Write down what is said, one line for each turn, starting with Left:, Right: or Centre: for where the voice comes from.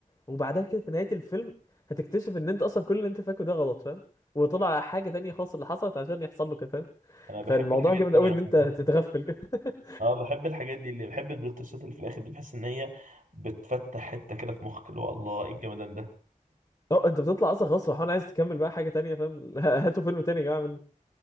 Left: وبعدها كده في نهايه الفيلم هتكتشف ان انت اصلا كل اللي انت فاكره ده غلط فاهم وطلع حاجه تانية خالص اللي حصلت عشان يحصل له كده فاهم
Right: أنا بحب
Left: فالموضوع
Right: الحاجات
Left: جامد
Right: دي
Left: قوي
Right: أوي
Left: ان انت
Right: عموماً.
Left: تتغفل كده <laughs>
Right: اه بحب الحاجات دي اللي بحب البلوتوثات اللي في الاخر دي بحس ان هي بتفتح حته كده في مخك اللي هو الله ايه الجمدان ده
Left: اه انت بتطلع اصلا خلاص فرحان عايز تكمل بقى حاجه تانية فاهم <laughs> هاتوا فيلم تاني يا جماعه